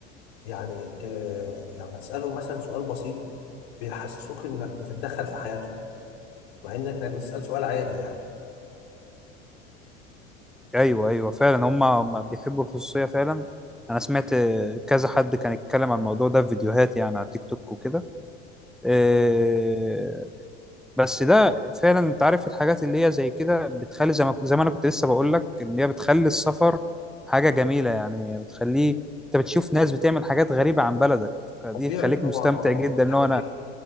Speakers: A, on the left; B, in the centre.
A: يعني ت... لما تسالهم مثلا سؤال بسيط بيحسسوك انك بتتدخل في حياتهم مع انك انك بتسال سؤال عادي يعني
B: ايوه ايوه فعلا هم هم بيحبوا الخصوصيه فعلا انا سمعت آه، كذا حد كان يتكلم عن الموضوع ده في فيديوهات يعني على تيك توك وكده آه، بس ده فعلا انت عارف الحاجات اللي هي زي كده بتخلي زي ما زي ما انا كنت لسه بقول لك ان هي بتخلي السفر حاجه جميله يعني بتخليه انت بتشوف ناس بتعمل حاجات غريبه عن بلدك فدي
A: طبيعي
B: خليك
A: طبعا
B: مستمتع
A: طبعا
B: جدا ان
A: لا
B: هو انا
A: إيه؟